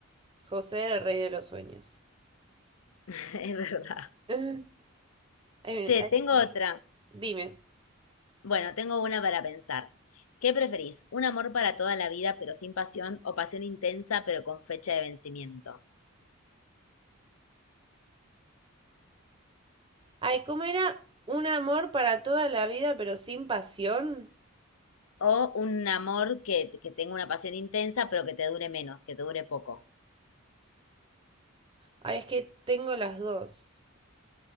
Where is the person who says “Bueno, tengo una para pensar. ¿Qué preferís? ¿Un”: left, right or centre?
Left